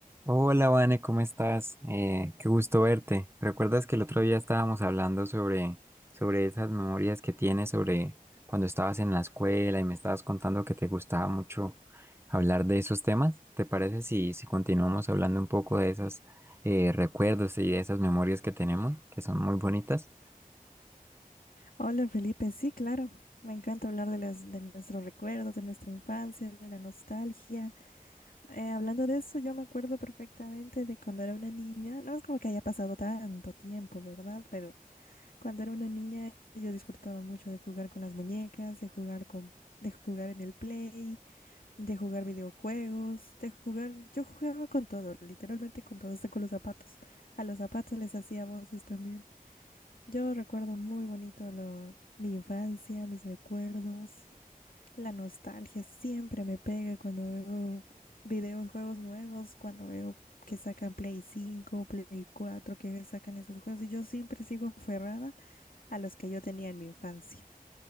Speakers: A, on the right; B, on the left.
A: Hola, Vane, ¿cómo estás? Eh, qué gusto verte. ¿Recuerdas que el otro día estábamos hablando sobre, sobre esas memorias que tienes sobre cuando estabas en la escuela y me estabas contando que te gustaba mucho hablar de esos temas? ¿Te parece si, si continuamos hablando un poco de esos eh, recuerdos y de esas memorias que tenemos, que son muy bonitas?
B: Hola Felipe, sí, claro. Me encanta hablar de las, de nuestros recuerdos, de nuestra infancia, de la nostalgia. Eh, hablando de eso, yo me acuerdo perfectamente de cuando era una niña. No es como que haya pasado tanto tiempo, ¿verdad? Pero cuando era una niña yo disfrutaba mucho de jugar con las muñecas, de jugar con, de jugar en el play, de jugar videojuegos, de jugar. Yo jugaba con todo, literalmente con todo, hasta con los zapatos. A los zapatos les hacía voces también. Yo recuerdo muy bonito lo- mi infancia, mis recuerdos, la nostalgia siempre me pega cuando veo videos, juegos nuevos, cuando veo que sacan Play 5, Play 4, que sacan esos juegos y yo siempre sigo aferrada a los que yo tenía en mi infancia.